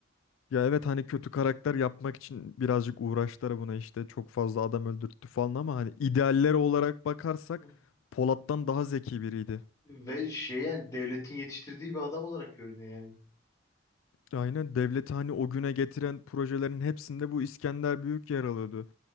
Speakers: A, on the left; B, on the left.
A: Ya evet hani kötü karakter yapmak için birazcık uğraştılar buna işte çok fazla adam öldürttü falan ama hani idealleri olarak bakarsak
B: Hı.
A: Polat'tan daha zeki biriydi.
B: Ve şey yani devletin yetiştirdiği bir adam olarak görünüyor yani.
A: Aynen devleti hani o güne getiren projelerin hepsinde bu İskender Büyük yer alıyordu.